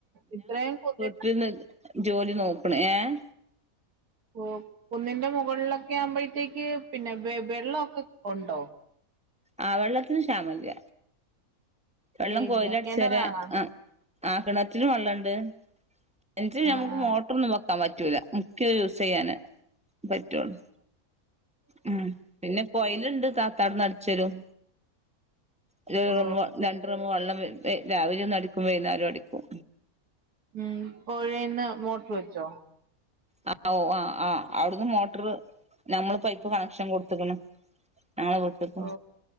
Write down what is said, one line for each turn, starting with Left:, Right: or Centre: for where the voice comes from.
Right: ഇത്രേം കുന്നി
Centre: ട്ട്ന്ന് ജോലി നോക്ക്ണ് ഏഹ്
Right: കു കുന്നിന്റെ മൊകൾലൊക്കെ ആകുമ്പോഴത്തേക്ക് പിന്നെ വെ വെള്ളവൊക്കെ ഒണ്ടോ
Centre: ആഹ് വെള്ളത്തിന് ക്ഷാമം ഇല്ല വെള്ളം
Right: ഇല്ല
Centre: കൊയില് അടിച്ചേരെ
Right: കിണറാണോ
Centre: ആഹ് ആഹ് കിണറ്റിലും വെള്ളണ്ട് കെണറ്റില്
Right: ആഹ്
Centre: ഞമ്മുക്ക്
Right: ആഹ്
Centre: മോട്ടറൊന്നും വെ- ക്കാൻ പറ്റൂല മുക്കി യൂസെയ്യാന് പറ്റാെള്ളൂ ഉം പിന്നെ കൊയല്ണ്ട് താത്താവ്ട്ന്ന് അടിച്ചരും ഉം ഒരു
Right: ഓ
Centre: ഡ്രമ്മ് വ രണ്ട് ഡ്രമ്മ് വെള്ളം വെ രാവിലെ ഒന്ന് അടിക്കും വൈകുന്നേരോം അടിക്കും
Right: ഉം പൊഴേന്ന് മോട്ടറ് വെച്ചോ
Centre: ആഹ് ഓഹ് ആഹ് ആഹ് അവ്ടുന്ന് മോട്ടറ് നമ്മള് പൈപ്പ് കണക്ഷൻ കൊടുത്ത്ക്ക്ണ് ഞങ്ങളെ വീട്ട്ക്കും
Right: ഓ